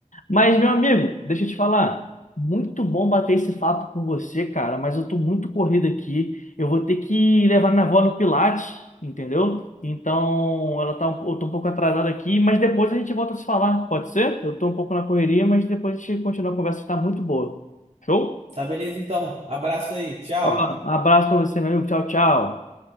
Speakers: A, on the left; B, on the right.
A: Mas, meu amigo, deixa eu te falar. Muito bom bater esse papo com você, cara, mas eu tô muito corrido aqui. Eu vou ter que levar minha avó no Pilates, entendeu? Então, ela tá, um, eu tô um pouco atrasada aqui, mas depois a gente volta a se falar, pode ser? Eu tô um pouco na correria, mas depois a gente continua a conversa que tá muito boa. Show?
B: Tá, beleza então. Abraço aí. Tchau.
A: Ó, abraço pra você, meu amigo. Tchau, tchau.